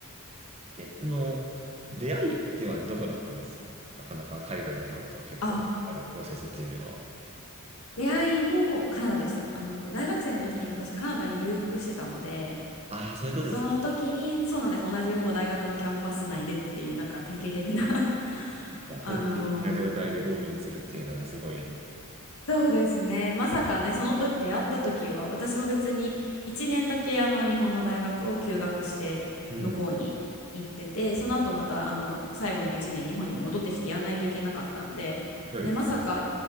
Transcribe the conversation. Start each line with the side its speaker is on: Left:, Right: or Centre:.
Right: え、この、出会いっていうのはどこだったんですかなかなか海外の方と結婚になるプロセスっていうのは。
Left: あ、出会いもカナダでした。あの、大学生の時に私カナダに留学してたので、
Right: ああ、そういうことですか。
Left: その時に、
Right: い
Left: そうなんです。同じもう大学のキャンパス内でっていう、なんか典型的な <laughs>
Right: や典型的な状態でゴールインするっていうのがすごいね。
Left: あのーそうですね。まさかね、その時出会った時は、私も別に1年だけあの日本の大学を休学して向こうに行ってて、
Right: うん。す
Left: その後またあの最後の1年日本に戻ってきてやんないといけなかったんで、
Right: ごい
Left: ね、まさか